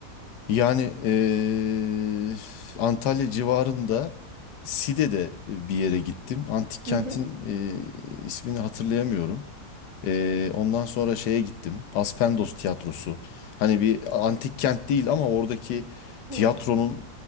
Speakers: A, on the left (about 80°); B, on the right (about 60°).
A: Yani eee, Antalya civarında Side'de bir yere gittim. Antik kentin
B: Hı hı.
A: eee, ismini hatırlayamıyorum. Eee, ondan sonra şeye gittim. Aspendos Tiyatrosu. Hani bir antik kent değil ama oradaki
B: hı
A: tiyatronun